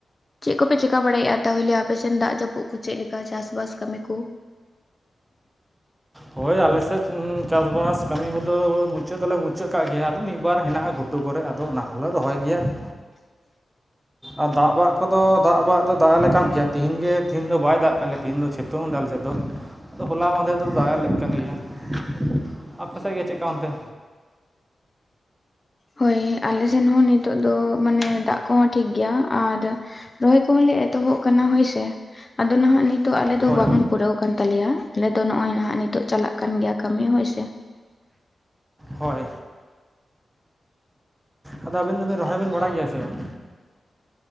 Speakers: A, on the left; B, on the right.
A: ᱪᱮᱫ ᱠᱚᱯᱮ ᱪᱤᱠᱟ ᱵᱟᱲᱟᱭᱼᱟᱜ ᱛᱟᱦᱚᱞᱮ, ᱟᱯᱮᱥᱮᱫ ᱫᱟᱜ ᱡᱟᱹᱯᱩᱫ ᱠᱚ ᱪᱮᱫ ᱞᱮᱠᱟ ᱪᱟᱥᱵᱟᱥ ᱠᱟᱹᱢᱤ ᱠᱚ?
B: ᱦᱳᱭ ᱟᱞᱮᱥᱮᱫ ᱪᱟᱥᱵᱟᱥ ᱠᱟᱹᱢᱤ ᱠᱚᱫᱚ ᱢᱩᱪᱟᱹᱫ ᱞᱮ, ᱢᱩᱪᱟᱹᱫ ᱠᱟᱜ ᱜᱮᱭᱟ ᱟᱫᱚ ᱢᱤᱫ ᱵᱟᱨ ᱦᱮᱱᱟᱜᱼᱟ ᱜᱚᱴᱼᱼ ᱜᱷᱩᱴᱩ ᱠᱚᱨᱮ ᱟᱫᱚ ᱚᱱᱟ ᱦᱚᱸᱞᱮ ᱨᱚᱦᱚᱭ ᱜᱮᱭᱟ ᱾
A: <inaudible>
B: ᱟᱨ ᱫᱟᱜ ᱵᱟᱜ ᱠᱚᱫᱚ ᱫᱟᱜ ᱵᱟᱜ ᱫᱚ ᱫᱟᱜᱼᱟ ᱞᱮᱠᱟᱱ ᱜᱮᱭᱟ ᱾ ᱛᱤᱦᱤᱧ ᱜᱮ ᱛᱤᱦᱤᱧ ᱫᱚ ᱵᱟᱭ ᱫᱟᱜ ᱠᱟᱜ ᱞᱮᱭᱟ, ᱛᱤᱦᱤᱧ ᱫᱚ ᱥᱤᱛᱩᱝ ᱫᱟᱭ ᱟᱞᱮ ᱥᱮᱫ ᱫᱚ, ᱦᱚᱞᱟ ᱢᱟᱦᱫᱮᱨ ᱫᱚᱼᱼ ᱫᱟᱭᱟ ᱞᱮᱫ <unintelligible> ᱟᱯᱮᱥᱮᱫ ᱜᱮ ᱪᱮᱫᱠᱟ ᱚᱱᱛᱮ?
A: ᱦᱳᱭ, ᱟᱞᱮ ᱥᱮᱱ ᱦᱚᱸ ᱱᱤᱛᱼᱼ ᱱᱤᱛᱚᱜ ᱫᱚ ᱢᱟᱱᱮ ᱫᱟᱜ ᱠᱚᱦᱚᱸ ᱴᱷᱤᱠ ᱜᱮᱭᱟ ᱟᱨ ᱨᱚᱦᱚᱭ ᱠᱚᱦᱚᱸ ᱞᱮ ᱮᱛᱚᱦᱚᱵ ᱠᱟᱱᱟ ᱦᱳᱭᱥᱮ ᱾ ᱟᱫᱚ ᱱᱟᱦᱟᱸᱜ ᱱᱤᱛᱼᱼ ᱛᱚ ᱟᱞᱮ ᱫᱚ
B: ᱦᱳᱭ
A: ᱵᱟᱝ ᱯᱩᱨᱟᱹᱣ ᱟᱠᱟᱱ ᱛᱟᱞᱮᱭᱟ, ᱟᱞᱮ ᱫᱚ ᱱᱚᱜᱼᱚᱭ ᱦᱟᱸᱜ ᱱᱤᱛᱚᱜ ᱪᱟᱞᱟᱜ ᱠᱟᱱ ᱜᱮᱭᱟ ᱠᱟᱹᱢᱤ ᱦᱳᱭ ᱥᱮ ᱾
B: ᱦᱳᱭ, ᱟᱫᱚ ᱟᱹᱵᱤᱱ ᱫᱚ ᱵᱤᱱ ᱨᱚᱦᱚᱭ ᱵᱤᱱ ᱵᱟᱲᱟᱭ ᱜᱮᱭᱟ ᱥᱮ ᱵᱟᱝ?